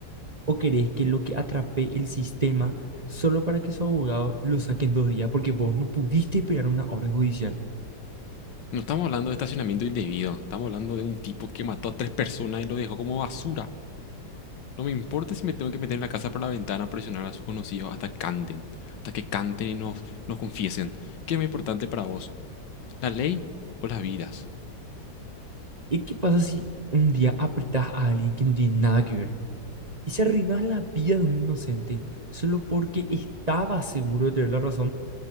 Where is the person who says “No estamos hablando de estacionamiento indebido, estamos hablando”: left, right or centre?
Left